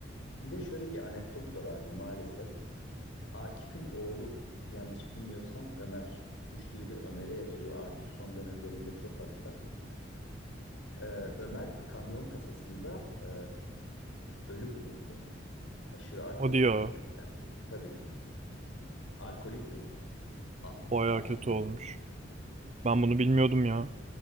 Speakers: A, on the left (about 85°); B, on the right (about 35°).
A: bir de şöyle bir anekdot var abi maalesef. Akif'in oğlu yanlış bilmiyorsam Ömer. Bu şiiri Ömer'e yazıyor. Akif son dönemlerinde çok hasta. Ee, Ömer kamyon kasasında ee, ölü bulundu. Aşırı alkol
B: Hadi
A: tüketmekten.
B: ya.
A: Tabii alkolikti A-
B: Baya
A: Akif'in
B: kötü
A: oğlu.
B: olmuş. Ben bunu bilmiyordum ya.